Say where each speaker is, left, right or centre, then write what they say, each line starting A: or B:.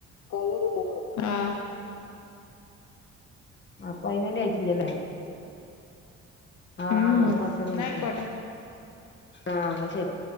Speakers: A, on the left; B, on the left.
A: ആഹ്
B: അപ്പ അയിനാന്റ് ആയിട്ടില്ലല്ലേ? ആഹ്
A: ഉം
B: ഒര് വർഷന്നയിക്കണ്
A: ന്നാ ആയിക്കോട്ടെ
B: ആഹ് ഇന്നാ ശെരി